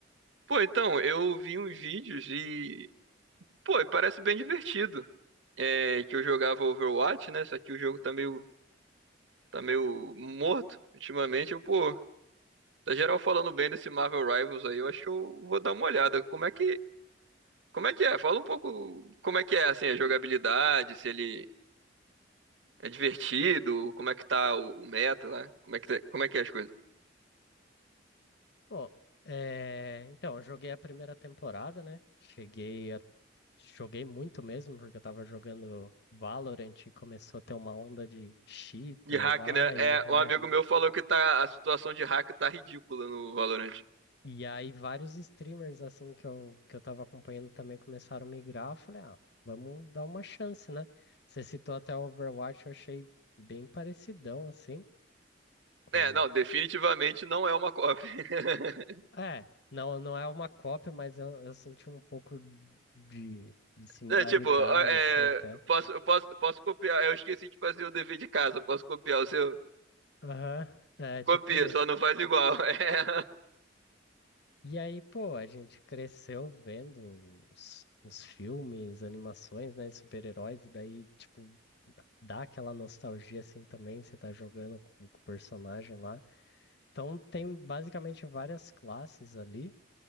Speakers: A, on the right (about 70°); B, on the left (about 60°).
A: Pô, então, eu vi uns vídeos e. Pô, e parece bem divertido. É que eu jogava Overwatch, né? Só que o jogo tá meio, tá meio morto ultimamente. Eu, pô, tá geral falando bem desse Marvel Rivals aí, eu acho que eu vou dar uma olhada. Como é que. Como é que é? Fala um pouco como é que é, assim, a jogabilidade, se ele É divertido? Como é que tá o, o meta lá? Como é que, tá- como é que é as coisas?
B: Pô, é... então, eu joguei a primeira temporada, né? Cheguei a... Joguei muito mesmo, porque eu tava jogando Valorant e começou a ter uma onda de cheater
A: De hack,
B: lá
A: né?
B: e...
A: É,
B: É,
A: um amigo meu falou que tá, a situação de hack tá ridícula no Valorant.
B: E aí vários streamers assim que eu, que eu tava acompanhando também começaram a migrar. Eu falei, ah, vamos dar uma chance, né? Você citou até o Overwatch, eu achei bem parecidão assim com
A: É, não, definitivamente não é uma cópia. <laughs>
B: É, não, não é uma cópia, mas eu, eu senti um pouco de, de similaridade
A: É, tipo, é,
B: assim até.
A: posso, eu posso, posso copiar. Eu esqueci de fazer o dever de casa. Posso copiar o seu?
B: Aham. É, tipo
A: Copia,
B: esse.
A: só não faz igual. <laughs> É.
B: E aí, pô, a gente cresceu vendo os, os filmes, animações, né, de super-heróis, e daí, tipo, dá aquela nostalgia assim também, você tá jogando com, com o personagem lá. Então tem basicamente várias classes ali,